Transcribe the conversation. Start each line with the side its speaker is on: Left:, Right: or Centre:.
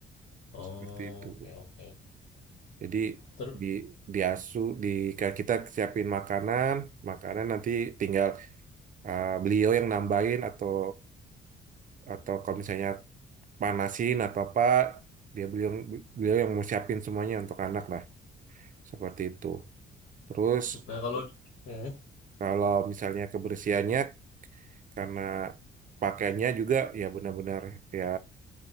Left: Oh,
Right: seperti itu
Left: oke, oke.
Right: Jadi
Left: Terus,
Right: di diasu di kayak kita siapin makanan, makanan nanti tinggal eh, beliau yang nambahin atau atau kalau misalnya panasin atau apa dia beliau beliau yang mau siapin semuanya untuk anak lah seperti itu. Terus
Left: nah kalau, hmm,
Right: kalau misalnya kebersihannya karena pakainya juga ya benar-benar ya